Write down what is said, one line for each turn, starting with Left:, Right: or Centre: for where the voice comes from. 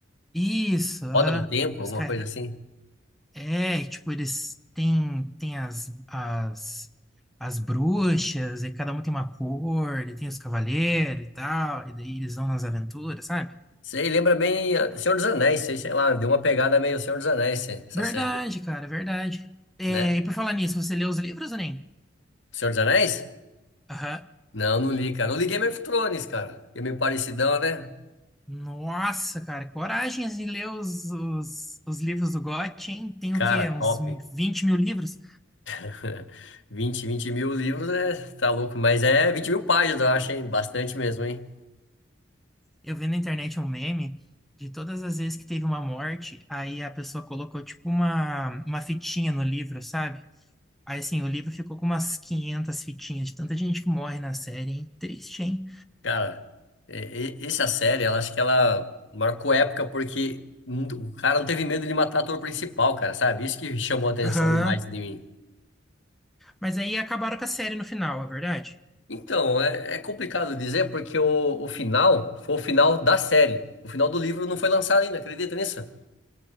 Centre: Isso, aham.
Left: Roda do tempo,
Centre: Que
Left: alguma
Centre: Os caras.
Left: coisa assim.
Centre: É, tipo, eles têm, têm as, as, as bruxas, e cada um tem uma cor, e tem os cavaleiros e tal, e daí eles vão nas aventuras, sabe?
Left: Sei, lembra bem ah, Senhor dos Anéis, sei, sei lá, deu uma pegada meio Senhor dos Anéis, se- essa
Centre: Verdade,
Left: série,
Centre: cara, é verdade. É,
Left: né?
Centre: e por falar nisso, você leu os livros ou nem?
Left: Senhor dos Anéis?
Centre: Aham.
Left: Não, não li, cara. Não li Game of Thrones, cara. É meio parecidão, né?
Centre: Nossa, cara, coragem de ler os, os, os livros do Gotti, hein? Tem
Left: Cara,
Centre: o quê?
Left: top.
Centre: Uns 20 mil livros?
Left: <laughs> vinte vinte mil livros, né? Tá louco, mas é 20 mil páginas, eu acho, hein? Bastante mesmo, hein?
Centre: Eu vi na internet um meme de todas as vezes que teve uma morte, aí a pessoa colocou, tipo, uma, uma fitinha no livro, sabe? Aí, assim, o livro ficou com umas 500 fitinhas de tanta gente que morre na série, hein? Triste, hein?
Left: Cara, e- e- essa série, ela acho que ela marcou época porque n- o cara não teve medo de matar o ator principal, cara, sabe? Isso que chamou a atenção
Centre: Aham.
Left: demais de mim.
Centre: Mas aí acabaram com a série no final, é verdade?
Left: Então, é, é complicado dizer porque o, o final foi o final da série. O final do livro não foi lançado ainda, acredita nisso?